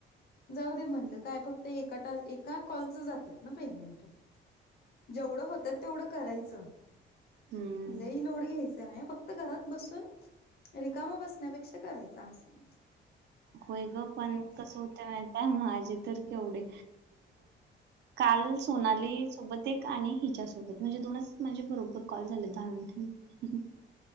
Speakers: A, on the left; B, on the right.
A: जाऊ दे म्हणलं काय फक्त एका एका कॉलचं जातात ना पेमेंट जेवढं होतात तेवढं करायचं
B: हम्म
A: लई लोड घ्यायचं नाही फक्त घरात बसून रिकामा बसण्यापेक्षा करायचा असून
B: होय ग पण कसं होत मा माझ वढ काल सोली सोबत प्रत्येक आणि हिच्या सोबत म्हणजे दोनच माझे बरोबर कॉल झाले दहा मिनिटां